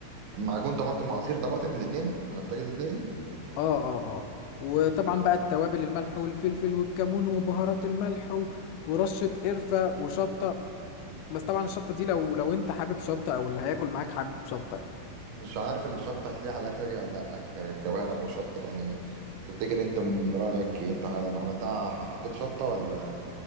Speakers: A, on the right; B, on the left.
A: معجون طماطم وعصير طماطم الاثنين هنحتاج الاثنين
B: اه اه اه وطبعا بقى التوابل الملح والفلفل والكمون وبهارات الملح و... ورشة قرفة وشطة بس طبعا الشطة دي لو لو انت حابب شطة او اللي هياكل معاك حابب شطة يعني.
A: مش عارف الشطه هتلاقي على الاكله دي ولا لا ك- ك- كوارع او شطه يعني تفتكر انت من رايك إيه؟ انت لما عملتها ح- حطيت شطه ولا